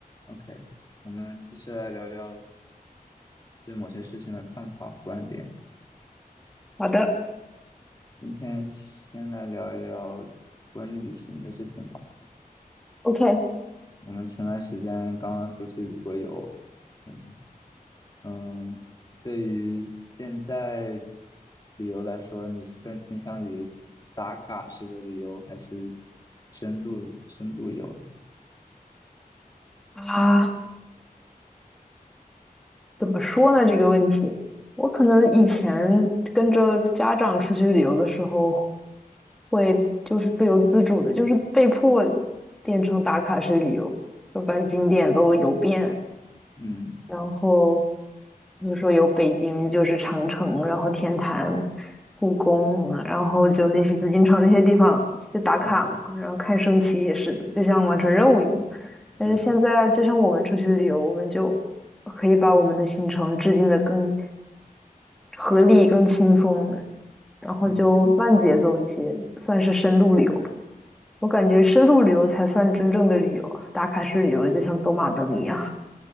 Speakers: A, on the left (about 25°); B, in the centre.
A: OK，我们继续来聊聊对某些事情的看法、观点。
B: 好的
A: 今天先来聊一聊关于旅行的事情吧。
B: OK，
A: 我们前段时间刚刚出去旅过游，嗯，嗯对于现在旅游来说，你是更倾向于打卡式的旅游，还是深度深度游？
B: 啊，怎么说呢？这个问题，我可能以前跟着家长出去旅游的时候，会就是不由自主的，就是被迫变成打卡式旅游，就把景点都游遍，
A: 嗯
B: 然后比如说有北京就是长城，然后天坛、故宫，然后就那些紫禁城那些地方就打卡嘛，
A: 嗯，
B: 然后看升旗也是的，就像完成任务一样。但是现在就像我们出去旅游，
A: 对，
B: 我们就可以把我们的行程制定的更合理、更轻松，然后就慢节奏一些，
A: 嗯。
B: 算是深度旅游吧我感觉深度旅游才算真正的旅游，打卡式旅游就像走马灯一样。